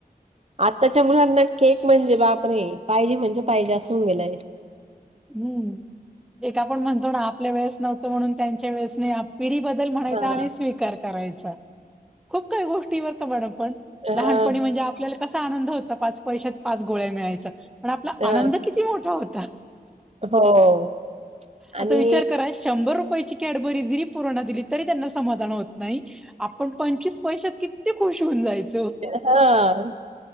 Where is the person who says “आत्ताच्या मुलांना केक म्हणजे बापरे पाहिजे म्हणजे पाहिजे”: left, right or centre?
Right